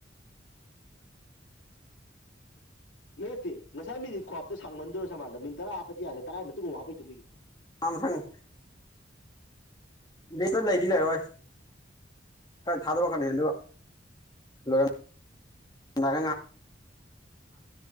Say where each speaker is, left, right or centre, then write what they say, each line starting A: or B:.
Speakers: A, on the left; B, on the left.
A: ꯅꯠꯇꯦ ꯉꯁꯥꯏ ꯃꯤꯅꯠ ꯈꯨꯍꯥꯞꯇꯨ ꯁꯥꯡꯃꯟꯗꯔꯣ ꯁꯃꯥꯟꯗꯔꯣ ꯃꯤꯅꯠ ꯇꯔꯥ ꯍꯥꯞꯄꯗꯤ ꯌꯥꯔꯦ ꯇꯔꯥꯏ ꯃꯇꯨꯡ ꯑꯃꯨ ꯍꯥꯞꯄꯛꯏꯗꯣ ꯀꯩꯒꯤꯅꯣ
B: ꯃꯥ ꯃꯊꯪ ꯂꯤꯞꯇꯥ ꯂꯩꯗꯤ
A: ꯍꯥ
B: ꯂꯔꯔꯣꯏ ꯈꯔ ꯊꯥꯗꯣꯔꯛꯀꯅꯤ ꯑꯗꯨ ꯂꯣꯏꯔꯝꯗꯥꯏ ꯉꯥꯏꯍꯥꯛ